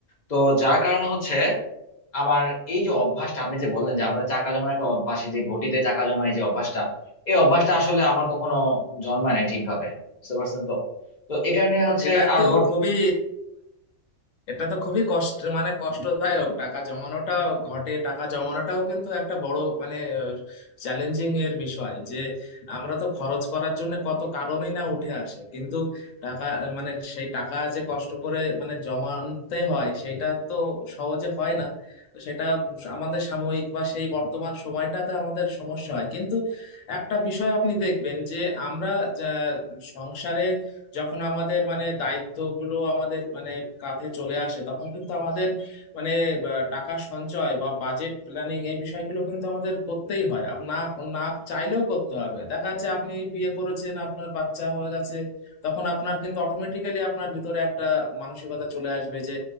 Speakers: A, on the left; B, on the left.
A: তো যার কারণে হচ্ছে আমার এই যে অভ্যাসটা আপনি যে বললেন যে আমাদের টাকা জমানো একটা অভ্যাস এই যে ঘটিতে টাকা জমানো এই যে অভ্যাসটা এই অভ্যাসটা আসলে আমার কখনো জন্মায় নাই ঠিকভাবে বুঝতে পারছেন তো তো এই কারণে হচ্ছে
B: এটা
A: আর
B: তো খুবই এটা তো খুবই কষ্ট মানে কষ্টদায়ক টাকা জমানোটা ঘটে টাকা জমানোটাও কিন্তু একটা বড় মানে চ্যালেঞ্জিং এর বিষয় যে আমরা তো খরচ করার জন্য কত কারণই না উঠে আসে কিন্তু টাকা আহ, মানে সেই টাকা যে কষ্ট করে মানে জমাতে হয় সেটা তো সহজে হয় না তো সেটা আমাদের সাময়িক বা সেই বর্তমান সময়টাতে আমাদের সমস্যা হয় কিন্তু একটা বিষয় আপনি দেখবেন যে আমরা আহ, সংসারে যখন আমাদের মানে দায়িত্বগুলো আমাদের মানে কাঁধে চলে আসে তখন কিন্তু আমাদের মানে বা- টাকা সঞ্চয় বা বাজেট প্ল্যানিং এই বিষয়গুলো কিন্তু আমাদের করতেই হয় আপ- না না চাইলেও করতে হবে দেখা যাচ্ছে আপনি বিয়ে করেছেন আপনার বাচ্চা হয়ে গেছে তখন আপনার কিন্তু অটোমেটিক্যালি আপনার ভিতরে একটা মানসিকতা চলে আসবে যে